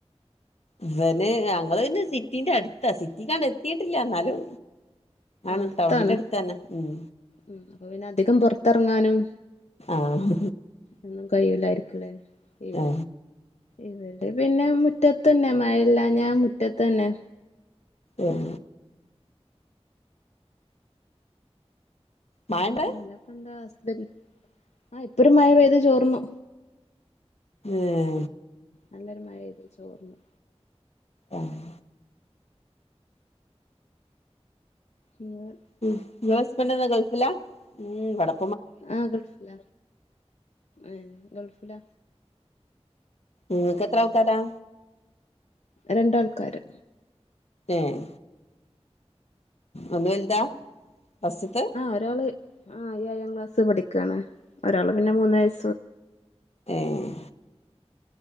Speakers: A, on the left; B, on the left.
A: ഇവന് ഞങ്ങള് പിന്നെ സിറ്റിന്റെ അടുത്താ. സിറ്റിക്ക് അങ്ങട് എത്തിയിട്ടില്ല. എന്നാലും ആണ്
B: അടുത്താണ്.
A: ടൗണിന്റെ അടുത്തന്നെ ഉം
B: ഉം അപ്പൊ പിന്നെ അധികം പുറത്തിറങ്ങാനും
A: ആഹ്
B: ഒന്നും കഴിയില്ലായിരിക്കൂലേ. ഇവ
A: ആ
B: ഇവിടെ പിന്നെ മുറ്റത്ത് തന്നെ. മഴയില്ലാഞ്ഞ മുറ്റത്ത് തന്നെ.
A: എം മഴണ്ടവിടെ
B: പിന്നെപ്പെന്താ ഹസ്ബെന്റ് ആഹ് ഇപ്പൊരു മഴ പെയ്ത് ചോർന്നു
A: ഏഹ്
B: നല്ലൊരു മഴയ്ത് ചോർന്നു
A: ആഹ്
B: ഇങ്ങ
A: ഉം ങ്ങളെ ഹസ്ബന്റെന്താ ഗൾഫില? ഉം വടെ
B: ആഹ് ഗൾഫില ഏഹ് ഗൾഫില
A: ഇങ്ങക്കെത്ര ആൾക്കാരാ?
B: രണ്ടാൾക്കാര്
A: എഹ് അത് വെൽതാ ഫസ്റ്റ്ത്തെ
B: ഒരാൾ ആഹ് ഏഴാം ക്ലാസ്സ് പഠിക്കാണ് ഒരാള് പിന്നെ മൂന്നൈസ
A: ഏഹ്